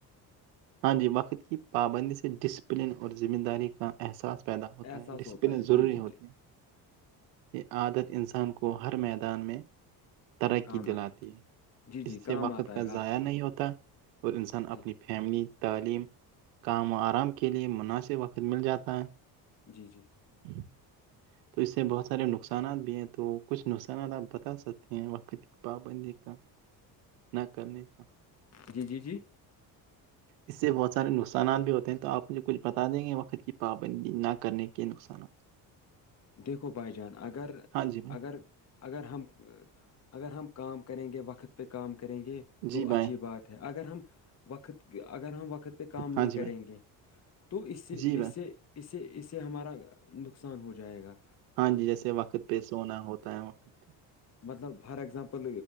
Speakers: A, on the right; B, on the left.
A: ہاں جی وقت کی پابندی سے ڈسپلن اور ذمہ داری کا احساس پیدا ہوتا
B: احساس
A: ہے ڈسپلن
B: ہے
A: ضروری
B: جی جی
A: ہوتی
B: جی
A: ہیں یہ عادت
B: جی
A: انسان کو ہر میدان میں ترقی
B: کام
A: دلاتی
B: آ
A: ہے
B: جی جی
A: اس سے
B: کام
A: وقت
B: آتا
A: کا
B: ہے
A: ضائع
B: آج
A: نہیں ہوتا اور انسان اپنی
B: جی
A: فیملی تعلیم کام و آرام کے لیئے مناسب وقت مل جاتا ہے
B: جی جی
A: ہی تو اس سے بہت سارے نقصانات بھی ہیں تو کچھ نقصانات آپ بتا سکتے ہیں وقت کے پابندی کا نہ کرنے کا
B: جی جی جی
A: اس سے بہت سارے نقصانات بھی ہوتے ہیں تو آپ مجھے کچھ پتا بتا دیں گے وقت کی پابندی نہ کرنے کے نقصانات
B: دیکھو بائی جان اگر
A: ہاں جی بھائی
B: اگر اگر ہم اگر ہم کام کریں گے وقت پہ کام کریں گے
A: جی
B: تو
A: بھائی
B: اچھی بات ہے اگر ہم وقت اگر ہم وقت کام نہیں
A: ہاں جی
B: کریں
A: بھائی
B: گے تو اس سے
A: جی بھائی
B: اس سے اس سے اس سے ہمارا نقصان ہو جائے جائے گا
A: ہاں جی جیسے وقت پہ سونا ہوتا ہے وقت پہ
B: مطلب فار ایگزامپل